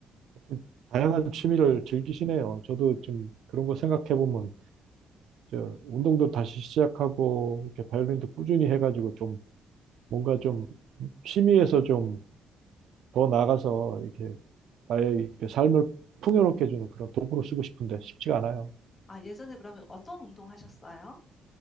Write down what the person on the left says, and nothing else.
아, 예전에 그러면 어떤 운동 하셨어요?